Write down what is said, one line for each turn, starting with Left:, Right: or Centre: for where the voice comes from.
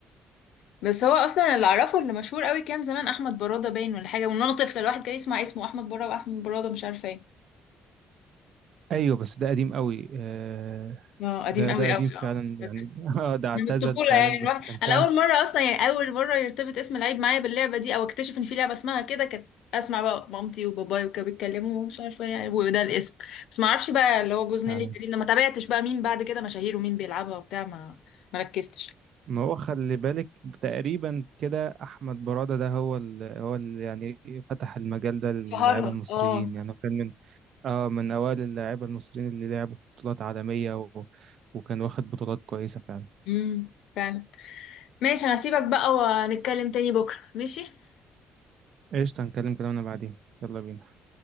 Left: بس هو اصلا اللي اعرفه اللي مشهور قوي كان زمان احمد براده باين ولا حاجه وان انا طفله الواحد كان يسمع اسمه احمد براده واحمد براده مش عارفه ايه
Right: ايوه بس ده قديم قوي آه،
Left: اه قديم
Right: ده
Left: قوي
Right: ده قديم
Left: قوي
Right: فعلا
Left: اه فاكرة.
Right: يعني <laughs> آه، ده اعتزل
Left: من الطفوله
Right: فعلا
Left: يعني الواحد
Right: بس كان
Left: انا
Right: فعلا
Left: اول مره اصلا يعني اول مره يرتبط اسم لعيب معايا باللعبه دي او اكتشف ان في لعبه اسمها كده كانت اسمع بقى مامتي وباباي وكانوا بيتكلموا ومش عارفه يعني وده الاسم بس ما اعرفش بقى اللي هو جوز نيلي
Right: آه،
Left: كريم ده ما تابعتش بقى مين بعد كده مشاهير ومين بيلعبها وبتاع ما مركزتش
Right: ما هو خلي بالك تقريبا كده احمد برادة ده هو ال هو ال يعني فتح المجال ده للاعيبه
Left: شهرها
Right: المصريين
Left: اه
Right: يعني هو كان من اه من اوائل اللاعيبه المصريين اللي لعبوا في بطولات عالميه و وكان واخد بطولات كويسه فعلا
Left: امم فعلا ماشي انا هسيبك بقى ونتكلم تاني بكرة ماشي
Right: قشطة هنكلم كلامنا بعدين يلا بينا